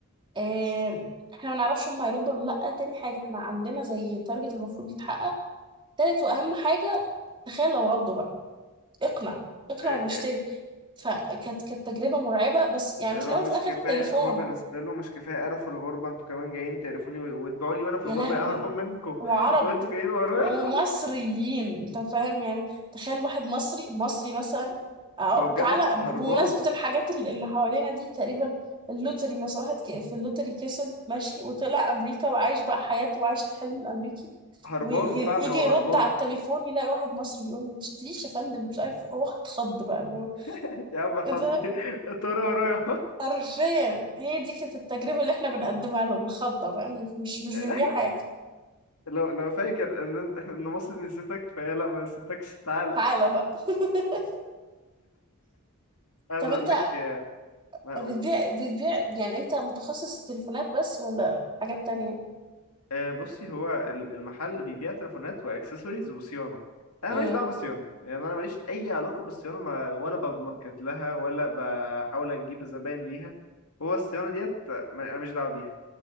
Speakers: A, on the right (about 20°); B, on the left (about 85°).
A: آه احنا ما نعرفش هم هيردوا ولا لا تاني حاجه احنا عندنا زي تارجت المفروض يتحقق تالت واهم حاجه تخيل لو ردوا بقى اقنع اقنع
B: آه،
A: انه يشتري
B: آه،
A: فكانت كانت تجربه مرعبه بس يعني
B: لو
A: في الاول
B: مش
A: وفي الاخر
B: كفايه
A: التليفون
B: هو بالنسبه له مش كفايه قرف الغربه انتوا كمان جايين تقرفوني و- وتبيعوا لي وانا في
A: يا
B: الغربه
A: لهوي
B: يعني أنا هربان منكم
A: وعرب
B: <laughs> وانتوا جايين ورايا
A: ومصريين انت فاهم يعني تخيل واحد مصري مصري مثلا أو
B: هو
A: تعالى
B: بجد هربان
A: بمناسبة الحاجات ال- اللي حوالينا دي تقريبا اللوتري مثلا واحد ك- في اللوتري كسب ماشي وطلع أمريكا وعايش بقى حياته وعايش الحلم الأمريكي
B: هربان
A: ويجي
B: فعلا هو
A: يرد
B: هربان
A: على التليفون يلاقي واحد مصري بيقول له ما تشتريش يا فندم مش عارف إيه. هو اتخض بقى اللي هو
B: <laughs> يا عم ارحمني
A: ايه ده
B: <laughs> انت ورايا ورايا
A: حرفيا هي دي كانت التجربة اللي احنا بنقدمها لهم الخضة فاهم مش مش
B: <laughs>
A: بنبيع حاجة
B: لو لو فاكر ان <laughs> ان مصر نسيتك فهي لا ما نسيتكش تعالى
A: تعالى بقى <laughs>
B: عايز
A: طب
B: اقول
A: انت
B: لك هقول
A: بتبيع بتبيع يعني انت متخصص تليفونات بس ولا حاجات تانية
B: آه، بصي هو ال- المحل بيبيع تليفونات واكسسوارز وصيانه انا
A: امم
B: ماليش دعوه بالصيانه يعني انا ماليش اي علاقه بالصيانه ما ولا بماركت لها ولا بحاول اجيب زباين ليها هو الصيانه ديت ما- انا ماليش دعوه بيها